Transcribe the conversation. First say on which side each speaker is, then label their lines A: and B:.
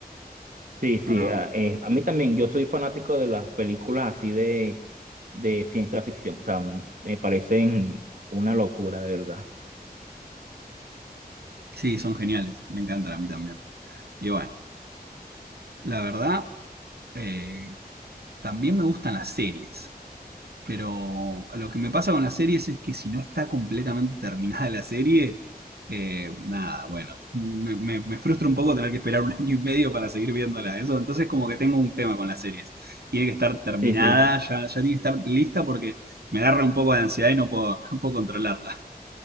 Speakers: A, on the right; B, on the right.
A: Sí, sí,
B: Bueno,
A: a, eh, a mí también, yo soy fanático de las películas así de, de ciencia ficción. O sea, me parecen una locura, de verdad.
B: Sí, son geniales, me encantan a mí también. Y bueno, la verdad, eh, también me gustan las series, pero lo que me pasa con las series es que si no está completamente <laughs> terminada la serie, eh, nada, bueno, me, me- me frustra un poco tener que esperar un <laughs> año y medio para seguir viéndola. Eso, entonces como que tengo un tema con las series. Tiene que estar terminada,
A: Sí, sí.
B: ya, ya tiene que estar lista porque me agarra un poco de ansiedad y no puedo, <laughs> no puedo controlarla.